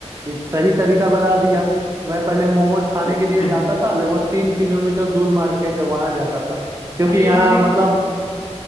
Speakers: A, on the right; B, on the left.
A: एक सही तरीका बता दिया मैं पहले मोमोज खाने के
B: <laughs>
A: लिए जाता था लगभग तीन किलोमीटर दूर मार्केट है वहां जाता था क्योंकि
B: अरे
A: यहाँ
B: यार नहीं
A: मतलब